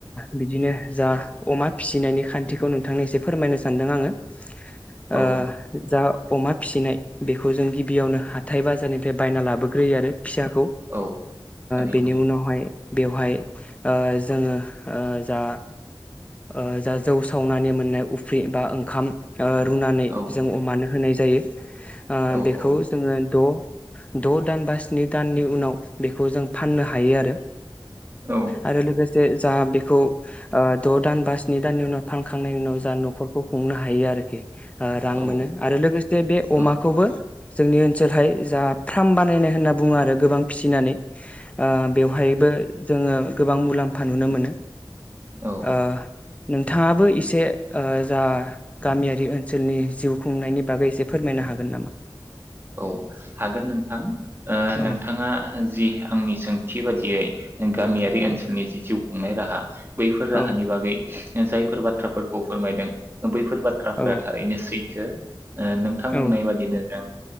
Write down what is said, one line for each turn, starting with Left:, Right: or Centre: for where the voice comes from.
Left: बिदिनो जा अमा फिसिनायनि खान्थिखौ नोंथांनि एसे फोरमायनोसै सानदों आङो।
Right: औ
Left: ओ जा अमा फिसिनाय बेखौ जों गिबियावनो हाथाय बाजारनिफ्राय बायना लाबोग्रोयो आरो फिसाखौ
Right: औ थारैनो
Left: बेनि ओ उनावहाय बेवहाय ओ जोङो ओ जा ओ जा जौ सावनानै मोननाय उफ्रि बा ओंखाम ओ रुनानै
Right: औ
Left: जों अमानो होनाय जा जायो। आ
Right: औ
Left: बेखौ
Right: औ
Left: जोङो द' द' दान बा स्नि दाननि उनाव बेखौ जों फाननो हायो आरो।
Right: औ
Left: आरो लोगोस जे जाहा बेखौ ओ द' दान बा स्नि दाननि उनाव फानखांनायनि उनाव जा न'खर खौ खुंनो हायो आरोखि। ओ रां
Right: औ
Left: मोनो आरो लोगोसे बे
Right: औ
Left: अमाखौबो जोंनि ओनसोलहाय जा फ्रार्म बानायनाय होनना बुङो आरो गोबां फिसिनानै ओ बेवहायबो जोङो गोबां मुलाम्फा नुनो मोनो।
Right: औ। औ
Left: ओ नोंथाङाबो एसे ओ जा गामियारि ओनसोलनि जिउ खुंनायनि बागै एसे फोरमायनो हागोन नामा?
Right: औ हागोन नोंथां। ओ नोंथाङा
Left: औ
Right: जि आंनि सोंथि बादियै गामियारि ओनसोलनि
Left: औ
Right: जि जिउ खुंनाय राहा बैफोर राहानि
Left: औ
Right: बागै जायफोर बाथ्राफोरखौ फोरमायदों बैफोर बाथ्राफोरा
Left: औ
Right: थारैनो सै थो। ओ नोंथां
Left: औ
Right: बुंनाय बादिनो दा